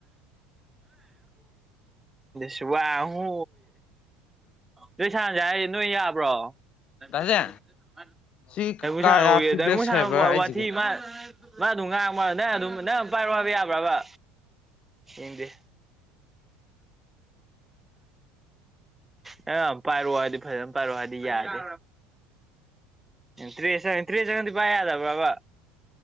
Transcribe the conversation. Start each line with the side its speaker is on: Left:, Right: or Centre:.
Centre: ꯁꯕ ꯑꯍꯨ ꯅꯣꯏꯁꯥꯟꯅꯁꯦ ꯍꯥꯏ ꯅꯣꯏ ꯌꯥꯕ꯭ꯔꯣ ꯅ
Left: ꯗꯥ ꯖꯦ
Centre: ꯗꯨ
Left: ꯁꯤ ꯀꯔꯌꯥ
Centre: ꯁꯔ
Left: ꯐꯤꯗꯕꯦꯛ
Centre: ꯗꯦꯡꯒꯨ ꯁꯔ
Left: ꯁꯔꯚꯔ
Centre: ꯋꯥ
Left: ꯍꯥꯏꯁꯤ ꯀꯩꯅꯣ
Centre: ꯃꯥ ꯃꯥ ꯑꯗꯨꯝ ꯉꯥꯡꯃꯣ ꯅꯪ ꯑꯗꯨꯝ ꯅꯪ ꯄꯥꯏꯔꯣ ꯍꯥꯏꯕ ꯌꯥꯕ꯭ꯔꯥꯕ ꯍꯗꯤꯅꯤ ꯑ ꯄꯥꯏꯔꯑꯣꯗꯤ ꯐꯖꯅ ꯄꯥꯏꯔꯗꯤ ꯌꯥꯗꯦ ꯇꯦ ꯇꯦ ꯆꯗꯤ ꯄꯥꯏ ꯌꯥꯗꯕ ꯕ